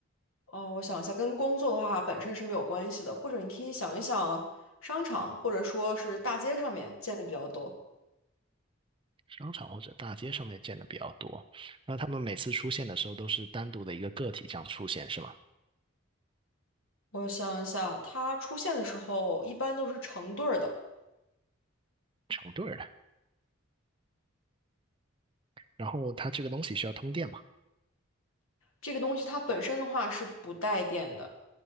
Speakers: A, on the left; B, on the right.
A: 哦，我想一下，跟工作的话本身是没有关系的，或者你可以想一想商场或者说是大街上面见的比较多。
B: 商场或者大街上面见的比较多，那他们每次出现的时候都是单独的一个个体这样出现，是吗？
A: 我想一下，它出现的时候一般都是成对儿的。
B: 成对儿的。然后它这个东西需要通电嘛，
A: 这个东西它本身的话是不带电的，